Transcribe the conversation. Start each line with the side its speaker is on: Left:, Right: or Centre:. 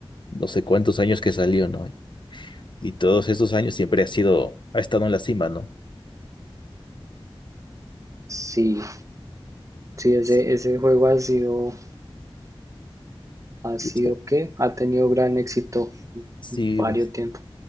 Left: no sé cuántos años que salió, ¿no? Y todos estos años siempre ha sido, ha estado en la cima, ¿no?
Right: sí, sí, ese,
Left: Sí,
Right: ese juego ha sido, ha sido
Left: y está-
Right: que ha tenido gran éxito
Left: sí,
Right: varios
Left: pues,
Right: tiempo.